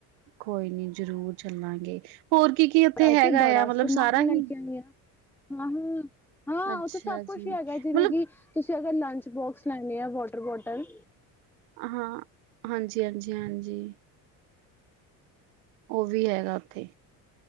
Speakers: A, on the right; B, in the centre.
A: ਕੋਈ ਨੀ ਜਰੂਰ ਚੱਲਾਂਗੇ ਹੋਰ ਕੀ-ਕੀ ਉੱਥੇ
B: ਮੈਂ
A: ਹੈਗਾ
B: ਤੇ ਬੜਾ
A: ਆ? ਮਤਲਬ
B: ਸਮਾਨ
A: ਸਾਰਾ
B: ਲੈ
A: ਹੀ?
B: ਕੇ ਆਈ ਹਾਂ ਹਾਂ, ਹਮ੍ਹ ਹਾਂ
A: ਅੱਛਾ
B: ਓੱਥੇ ਸਭ ਕੁਛ
A: ਜੀ
B: ਈ ਹੈਗਾ ਜਿਵੇਂ
A: ਮਤਲਬ
B: ਕਿ, ਤੁਸੀਂ ਜੇ ਅਗਰ ਲੰਚ ਬੋਕਸ ਲੈਣੇ ਆ, ਵੋਟਰ ਬੋਟਲ
A: ਹਾਂ, ਹਾਂਜੀ-ਹਾਂਜੀ-ਹਾਂਜੀ ਓ ਵੀ ਹੈਗਾ ਉੱਥੇ।